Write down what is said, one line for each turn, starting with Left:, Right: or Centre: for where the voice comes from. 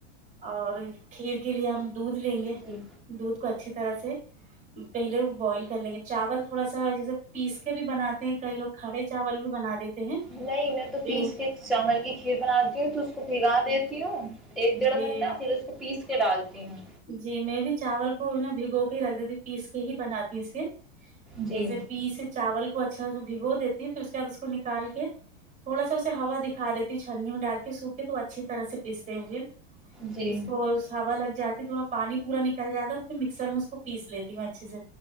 Right: اور کھیر کے لیے ہم دودھ لیں گے
Centre: جی
Right: دودھ کو اچھے طرح سے پہلے بوائل کر لیں گے چاول تھوڑا سا جیسے پیس کے بھی بناتے ہیں کئی لوگ کھڑے چاول بھی بنا دیتے ہیں
Centre: نہیں میں تو
Right: پ
Centre: پیس کے چاول کی کھیر بناتی ہوں تو اس کو بھگا دیتی ہوں ایک ڈیڑھ
Right: جی
Centre: گھنٹہ پھر اس کو پیس کے ڈالتی ہوں جی
Right: جی میں بھی چاول کو نا بھگو کے ہی رکھ دیتی ہ پیس کے ہی بناتی اس کے
Centre: جی
Right: ایسے پیس چاول کے اچھا سے بھگو دیتی پھر اس کےعد اس کو نکال کے تھوڑا اس ہوا دکھا دیتے چھننی میں ڈال کے سوکھے تو اچھی طرح سے پیستے ہیںھر
Centre: جی
Right: اس کو ہوا لگ جاتا تھوڑا پانی پورا نکل جاتا تو پھر مکسر میں اس کو پیس لیتا اچھے سے